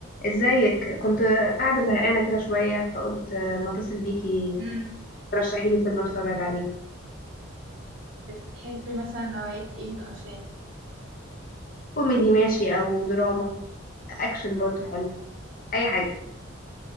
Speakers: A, on the left (about 40°); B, on the right (about 65°).
A: ازيك كنت قاعدة زهقانة كده شوية فقلت ما اتصل بيكي
B: مم.
A: ترشحي لي فيلم اتفرج عليه
B: بتحبي مثلا نوعية ايه من الأفلام؟
A: كوميدي ماشي او دراما اكشن برضو حلو اي حاجة